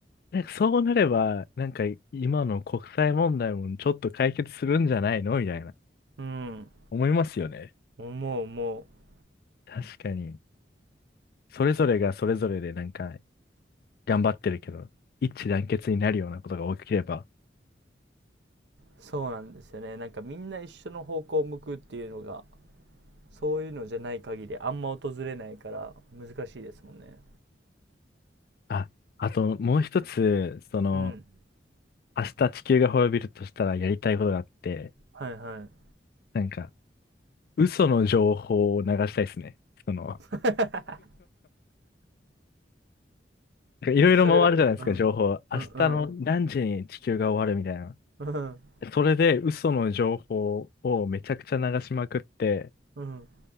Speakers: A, on the left (about 55°); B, on the right (about 75°).
A: なんかそうなれば、なんか今の国際問題もちょっと解決するんじゃないのみたいな。
B: ん。うん。
A: 思いますよね。
B: 思う思う
A: 確かに。それぞれがそれぞれでなんか頑張ってるけど、一致団結になるようなことが起きれば。
B: そうなんですよねなんかみんな一緒の方向を向くっていうのがそういうのじゃない限りあんま訪れないから難しいですもんね
A: あ、あともう一つ、その、
B: うん
A: 明日地球が滅びるとしたらやりたいことがあって、
B: はい
A: なんか嘘の情報を流したいですね。その、なん
B: は
A: かいろいろ回るじゃないですか、
B: い <laughs> それうんうんうん
A: 情報。明日の何時に地球が終わるみたいな。
B: うん
A: それで嘘の情報をめちゃくちゃ流しまくって、
B: うん